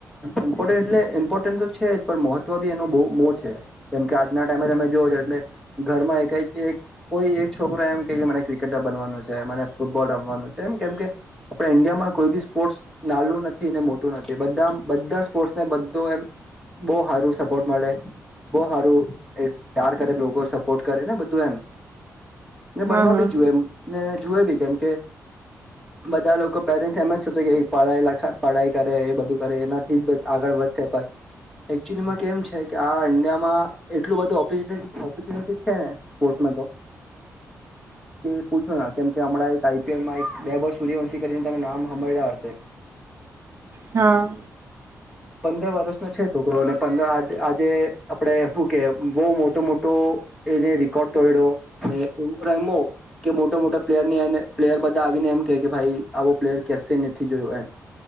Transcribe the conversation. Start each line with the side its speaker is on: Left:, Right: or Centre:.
Centre: ઇમ્પોર્ એટલે ઇમ્પોર્ટન્ટ તો છેજ, પણ મહત્વ બી એનો બહુ મો છે, જેમ કે આજના ટાઈમે તમે જો. એટલે ઘરમાં, એક કોઈ એક છોકરો એમ કે મને ક્રિકેટર બનવાનું છે, મને ફૂટબોલ. રામવા નુ છે, કેમ કે આપ ઈન્ડિયામાં કોઈ બી સ્પોર્ટ નાલું નથી, ને મોટું નથી બધા. બધા સ્પોર્ટસ ને બધું એમ બહું સારું સપોર્ટ મળે. બહુ સારું એ પ્યાર કરે લોકો સપોર્ટ કરેને બધું એમ. ને
Right: હા
Centre: બનવા
Right: હા
Centre: બી જોવેએ એ ને જુવે બી કેમ કે. બધા લોકો પેરેન્ટ્સ એમ જ સૂચે કે પડાઈ લખાય પઢાઈ કરે એ બધું કરે. થી આગળ વધશે પણ. એકચુલીમાં કેમ છે કે આ ઇન્ડિયામાં એટલું બધું ઓપોર્ચ્યુનિટી છે ને સ્પોર્ટ્સમાં તો. <inaudible> કે પૂછો કેમ કે હમણાં એક આઈપીએલમાં વેબવ સૂર્યવંશી કરીને તમે નામ સાભડા હતા.
Right: હા.
Centre: પંદર વર્ષનો છે છોકરોને પર આજે આપડે શું કે બહું મોટો મોટો. એને રેકોર્ડ તોડ્યોને એવું રમો કે મોટા મોટા પ્લેયર ને પ્લેયર બધા આવીને એમ. કે ભાઈ આવો પ્લેયર કસે નથી જોયયો એમ.